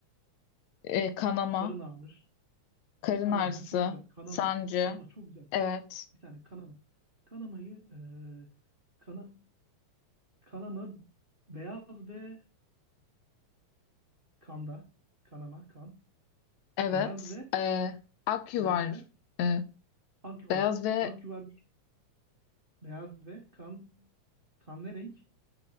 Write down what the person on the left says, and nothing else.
Ee, kanama,
karın
ağrısı,
sancı.
Evet.
Evet.
Ee, ak yuvar.
Ee,
beyaz ve